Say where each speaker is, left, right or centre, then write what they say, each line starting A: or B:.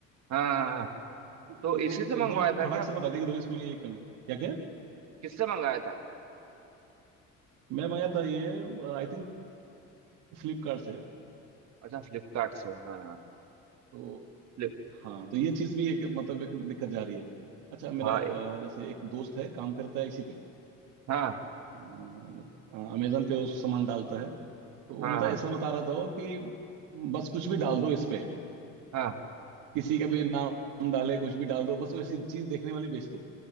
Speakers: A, on the right; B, on the right.
A: हाँ हाँ हाँ। हाँ।
B: तो
A: तो इसी
B: वो
A: से मंगवाया
B: एकदम
A: था
B: फटाक
A: क्या
B: से बता दिया कि देखो इसमें ये कमी क्या क्या
A: किससे मंगाया था
B: मैं मंगाया था ये आई थिंक फ्लिपकार्ट से
A: अच्छा फ्लिपकार्ट से हाँ हाँ
B: तो
A: फ्लिप
B: हाँ तो ये चीज भी एक मतलब एक दिक्कत जा रही है अच्छा मेरा
A: हाँ
B: अ,
A: ए-
B: जैसे एक दोस्त है काम करता है इसी पे
A: हाँ
B: अ, मतलब अमेजन पे उस सामान डालता है तो वो
A: हाँ
B: मतलब
A: हाँ
B: ऐसा बता रहा था वो कि बस कुछ भी डाल दो इस पे
A: हाँ
B: किसी का भी नाम डाले कुछ भी डाल दो बस वो ऐसी चीज देखने वाली बेच दो